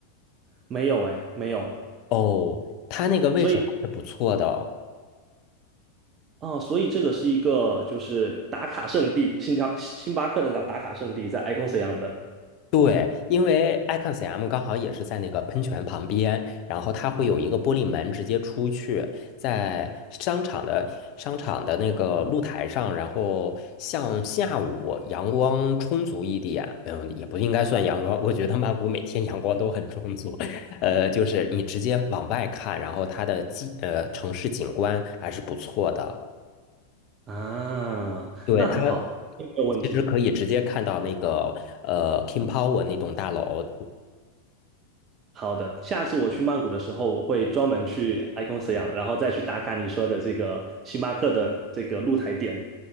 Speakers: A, on the right; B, on the left.
A: 没有哎，没有。
B: 哦，它那个位置还是不错的哦。
A: 所以啊，所以这个是一个就是打卡圣地，新加星巴克的打打卡圣地在 Icon 样的
B: 对，因为 i c o n s m 刚好也是在那个喷泉旁边，然后它会有一个玻璃门直接出去，在商场的商场的那个露台上，然后像下午阳光充足一点，嗯，也不应该算阳光，我觉得曼谷每天阳光都很充足，<laughs> 呃，就是你直接往外看，然后它的景呃城市景观还是不错的，
A: 啊，
B: 对，
A: 那很好，
B: 它
A: 没有问题。
B: 其实可以直接看到那个呃 King Power 那栋大楼。
A: 好的，下次我去曼谷的时候，我会专门去 Icon Siam，然后再去打卡你说的这个星巴克的这个露台店。